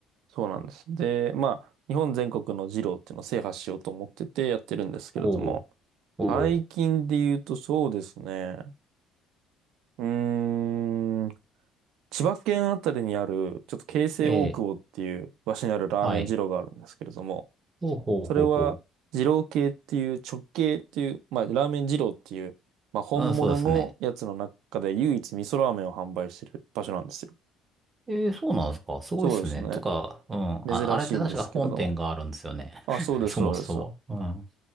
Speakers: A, on the right; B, on the right.
A: そうなんです。で、まあ日本全国の二郎っていうのを制覇しようと思っててやってるんですけれども、
B: おー、
A: 最近で言うとそうですね。
B: お
A: うーん。千葉県あたりにある、ちょっと京成大久保っていう場所にあるラーメン二郎があるんですけれども、
B: ー、ええ、はい。ほうほうほうほ
A: それは二郎系っていう直系っていう、まあラーメン二郎っていう、まあ本物のやつの中で唯一味噌ラーメンを販売してる場所なんですよ。
B: う。うん、そうですね。ええ、そうなんですかすごいっすね。
A: そうですね。
B: とか、うん、
A: 珍しいんですけれども。
B: あ、あれって確か本店があるんですよね。
A: あ、そうです、
B: <laughs> そもそも。
A: そうです。
B: うん。